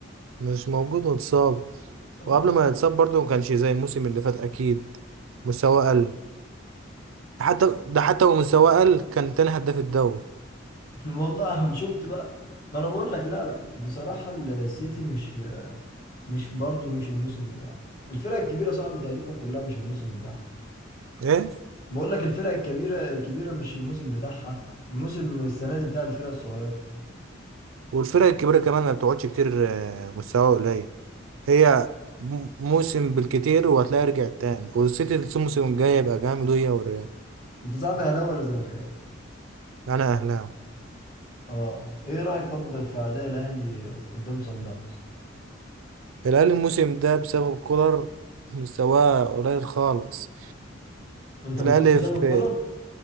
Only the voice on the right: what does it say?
مش موجود متصاب
وقبل ما يتصاب برضه ما كانش زي الموسم اللي فات أكيد مستواه قل حتى ده حتى ومستواه قل كان تاني هداف الدوري
إيه
والفرق الكبيرة كمان ما بتقعدش كتير آه، مستوى قليل هي م- موسم بالكتير وهتلاقي رجعت تاني والسيتي الموسم الجاي يبقى جامد وهي والريال
أنا أهلاوي
الأهلي الموسم ده بسبب كولر مستواه قليل خالص
الأهلي
في-